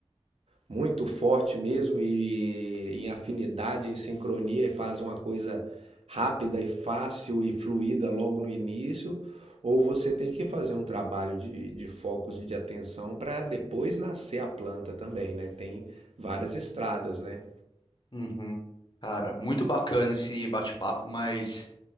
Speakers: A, on the right (about 70°); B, on the left (about 45°).
A: muito fortes mesmo e em afinidade, em sincronia e fazem uma coisa rápida e fácil e fluida logo no início, ou você tem que fazer um trabalho de, de focos e de atenção para depois nascer a planta também, né? Tem várias estradas, né?
B: Uhum. Cara, muito bacana esse bate-papo, mas